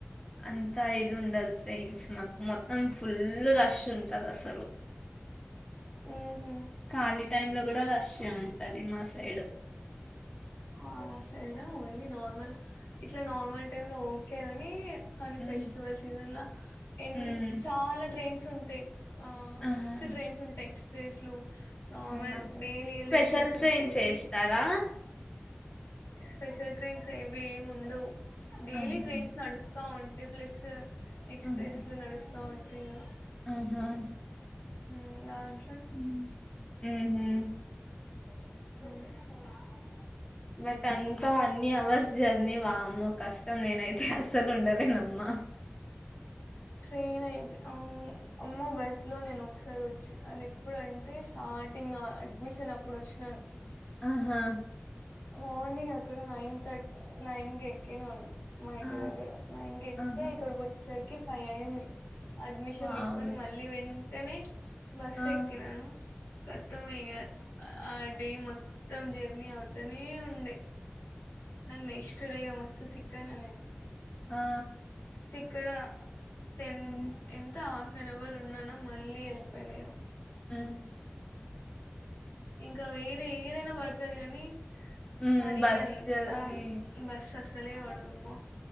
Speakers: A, on the left (about 20°); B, on the left (about 65°).
A: అంతా ఇది ఉండదు ట్రైన్స్ మాకు మొత్తం ఫుల్ రష్ ఉంటది అసలు
B: ఉహు
A: కాలి టైమ్ల కూడ రష్ ఏ ఉంటది మా సై సైడు
B: మా సైడా ఓన్లీ నార్మల్ ఇట్లా నార్మల్ టైమ్ లో ఓకే అని కానీ
A: మ్మ్
B: ఫెస్టివల్ సీజన్ లా ఎన్
A: మ్మ్
B: చాలా ట్రైన్స్ తుంటాయి ఆ
A: ఆహా
B: మస్ టడ్రైన్స్ ఉంట ట ఎక్స్ ఫేస్లు నార్మల్
A: ఆహా
B: డైలీ వెళ్ళే
A: స్పెషల్
B: ట్రైన్స్ ఉంటాయి కానీ
A: ఏస్తారా
B: స్పెష్యల్ ట్రెయిన్స్ ఇవము ఉండవు డైలీ
A: ఆహా
B: ట్రైన్స్ నడుస్త స్తా ఉంటాయి ప్లస్ ఎక్స్ప్రెస్
A: ఆహా
B: లు నడుస్త స్తా ఉంటాయి కదా
A: ఆహా
B: ఉమ్ అవును
A: ఉమ్ ఉహుమ్
B: ఉమ్
A: బట్ అంతా ఎన్ని అవర్స్ జర్ అన్నీ వామ్మో కష్టం నేనై అస్సలు ఉండాలేనమ్మ
B: ట్రైన్ అయితే అవును అమ్మో బస్ లో నేను ఒకసారి వచ్చి అది ఎప్పుడంటే స్టార్టింగ్ అడ్మిషన్ ఇప్పుడు వచ్చినాను
A: ఆహా
B: మార్నింగ్ అక్కడ నైన్ థర్టీ నైన్ కి ఎక్కినం మా ఇంటి
A: ఆ
B: దగ్గర మా ఇంటికి ఎక్తే
A: ఆహా
B: ఇక్కడికి వచ్చి సరికి ఫై అయింది అడ్మిషన్
A: వామ్మో
B: తీసుకొని మళ్ళీ వె తని బస్
A: ఆ
B: ఎక్కినాను మొత్తం ఇ ఆ డే మొత్తం జర్నీ అవుత అతనే ఉండే నక్ నెక్స్ట్ డే మస్త్ సిక్ కన నేన్
A: ఆ
B: ఇక్కడ తెన్
A: హ్మ్
B: ఎంత తన్ ఎవర్ ఉన్నానో మళ్ళీ ఎళ్ళిపోయినాయో
A: హ్మ్
B: ఇంకా వేరే ఏదైనా పడుతది కానీ
A: హ్మ్
B: మరి
A: బస్
B: ఎంత
A: జర్నీ
B: బస్ అసలే పడ అమ్మో